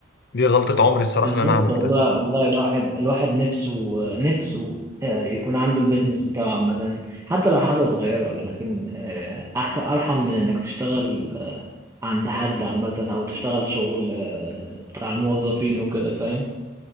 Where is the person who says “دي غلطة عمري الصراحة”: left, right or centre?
Left